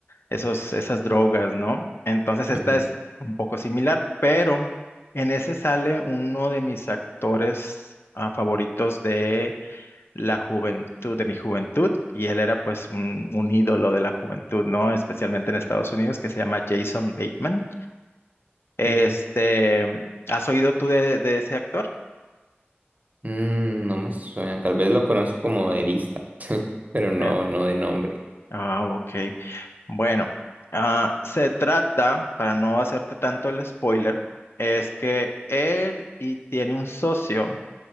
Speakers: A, on the left; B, on the right.
A: esos, esas drogas, ¿no? Entonces esta
B: ujú,
A: es un poco similar, pero en ese sale uno de mis actores ah, favoritos de la juventud, de mi juventud, y él era pues un, un ídolo de la juventud, ¿no? Especialmente en Estados Unidos, que se llama Jason Bateman. Este,
B: ujú.
A: ¿has oído tú de, de ese actor?
B: Mm, no me suena, tal vez lo conozco como de vista, <laughs> pero
A: ¿Verdad?
B: no, no de nombre.
A: Ah, ok. Bueno, ah, se trata, para no hacerte tanto el spoiler, es que él y tiene un socio